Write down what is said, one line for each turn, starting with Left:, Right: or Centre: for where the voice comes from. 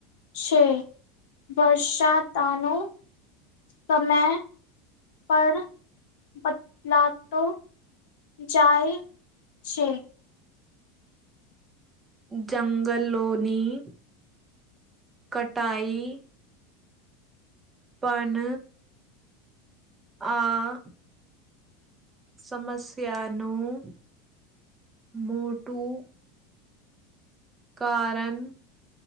Left: છે. વર્ષાતાનું સમય પર બદલાતો જાય છે.
Right: જંગલોની કટાઈ પન આ સમસ્યાનું મોટું કારન